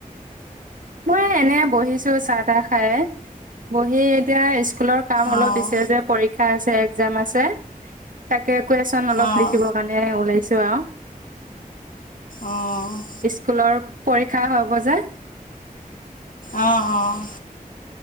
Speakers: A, on the right; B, on the left.
A: মই এনে বহিছো চাহ তাহ খাই, বহি এতিয়া ৰেষ্ট- স্কুলৰ কাম
B: অঁ
A: অলপ দিছে যে পৰীক্ষা আছে, এক্সাম আছে, তাকে কুৱেশ্যন অলপ
B: অঁ
A: লিখিব- মানে ওলাইছো আৰু।
B: অঁ।
A: স্কুলৰ পৰীক্ষা হ'ব যে।
B: অহ, অহ।